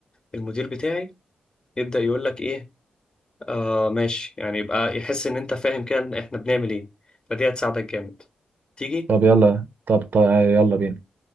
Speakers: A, on the left; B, on the right.
A: المدير بتاعي يبدأ يقول لك ايه آه ماشي يعني يبقى يحس ان انت فاهم كان احنا بنعمل ايه فدي هتساعدك جامد تيجي
B: طب يلا طب, طب يلا بينا